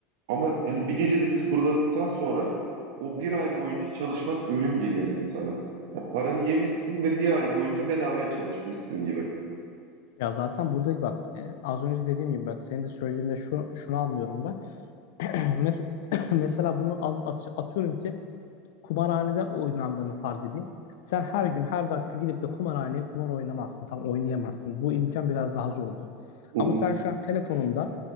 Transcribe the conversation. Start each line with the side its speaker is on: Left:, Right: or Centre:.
Right: Ama yani bir gecede sıfırladıktan sonra o bir ay boyunca çalışmak ölüm geliyor insana. Ya paranı yemişsin ve bir ay boyunca bedavaya çalışmışsın gibi.
Left: Ya zaten buradaki bak e, az önce dediğim gibi bak senin de söylediğinde şu, şunu anlıyorum ben. <clears throat> Mes- <clears throat> Mesela bunu an- at- atıyorum ki kumarhanede oynandığını farz edeyim. Sen her gün her dakika gidip de kumarhaneye kumar oynamazsın. Tam oynayamazsın. Bu imkan biraz daha zordu.
Right: Hı
Left: Ama
Right: hı,
Left: sen şu an telefonunda